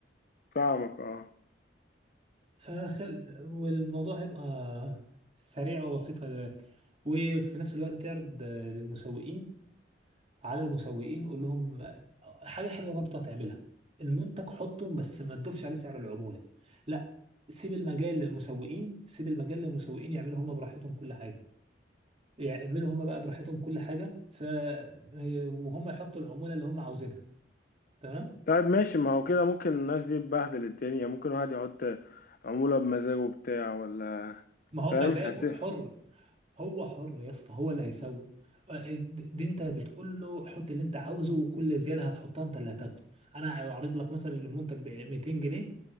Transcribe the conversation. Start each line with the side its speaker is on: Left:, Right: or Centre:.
Left: فاهمك اه
Right: فخل والموضوع هيبقى سريع وبسيط خلي بالك وفي نفس الوقت تعرض آه، للمسوقين على المسوقين قول لهم حاجه حلوه برضه هتعملها المنتج حطه بس ما تضيفش عليه سعر العموله لا سيب المجال للمسوقين سيب المجال للمسوقين يعملوا هم براحتهم كل حاجه يعملوا هم بقى براحتهم كل حاجه ف وهم يحطوا العموله اللي هم عاوزينها تمام
Left: طيب ماشي ما هو كده ممكن الناس دي تبهدل الدنيا ممكن واحد يحط عمولة بمزاجه بتاع ولا
Right: ما هو
Left: فاهم
Right: مزاجه
Left: هتسه
Right: حر هو حر يا اسطى هو اللي هيسوق دي انت بتقول له حط اللي انت عاوزه وكل زياده هتحطها انت اللي هتاخده انا عارض لك مثلا المنتج ب 200 جنيه